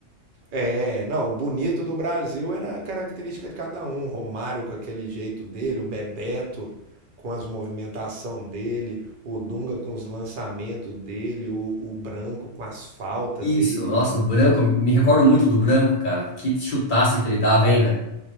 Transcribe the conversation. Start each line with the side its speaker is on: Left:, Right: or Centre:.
Right: É, não, o bonito do Brasil era a característica de cada um. O Romário com aquele jeito dele, o Bebeto com as movimentação dele, o Dunga com os lançamentos dele, o, o Branco com as faltas
Left: Isso,
Right: dele.
Left: nossa, o Branco, me recordo muito do Branco, cara. Que chutaço que ele dava, hein, velho?